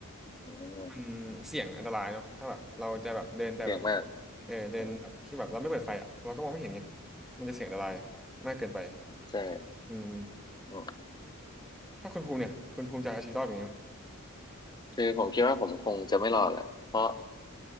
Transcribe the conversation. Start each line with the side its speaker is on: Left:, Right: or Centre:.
Left: อืมอืม
Centre: มันเสี่ยงอันตรายเนาะถ้าแบบเราจะแบบเดินแต่แบบ
Left: เสี่ยงมาก
Centre: เออเดินแบบที่แบบเราไม่เปิดไฟอ่ะเราก็มองไม่เห็นไง
Left: อืม
Centre: มันจะเสี่ยงอันตรายมากเกินไป
Left: ใช่
Centre: อืม
Left: อืม
Centre: ถ้าคุณภูมิเนี่ยคุณภูมิจะเอาชีวิตรอดอย่างเงี้ย
Left: คือผมคิดว่าผมคงจะไม่รอดแหละเพราะ